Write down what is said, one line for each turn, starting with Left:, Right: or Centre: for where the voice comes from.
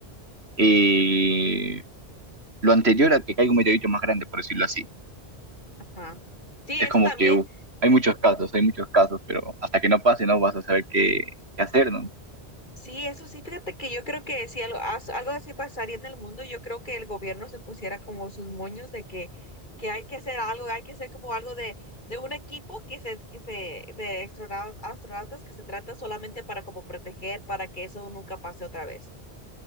Right: eh, lo anterior a que caiga un meteorito más grande, por decirlo así.
Left: Ajá. Sí,
Right: Es
Left: eso
Right: como
Left: también.
Right: que uh, hay muchos casos, hay muchos casos, pero hasta que no pase no vas a saber qué, qué hacer, ¿no?
Left: Sí, eso sí, fíjate que yo creo que si algo, as- algo así pasaría en el mundo, yo creo que el gobierno se pusiera como sus moños de que, que hay que hacer algo, hay que hacer como algo de, de un equipo que se, que se, de astronau- astronautas que se trata solamente para como proteger, para que eso nunca pase otra vez.